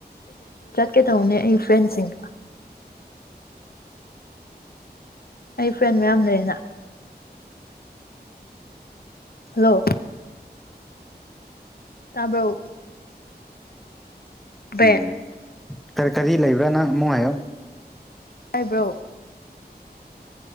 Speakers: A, on the left (about 65°); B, in the centre.
A: ꯀꯦ ꯇꯧꯅꯦ ꯑꯩ ꯐ꯭ꯔꯦꯟꯁꯤꯡ ꯑꯩ ꯐ꯭ꯔꯦꯟ ꯃꯌꯥꯝ ꯂꯩꯌꯦꯅ ꯍꯜꯂꯣ ꯇꯥꯕꯔ‌ꯣ ꯕꯦ
B: ꯎꯝ ꯀꯔꯤ ꯀꯔꯤ ꯂꯩꯕ꯭ꯔꯥ ꯅꯪ ꯃꯨꯛ ꯍꯥꯏꯌꯣ
A: ꯍꯥꯏꯕ꯭ꯔꯣ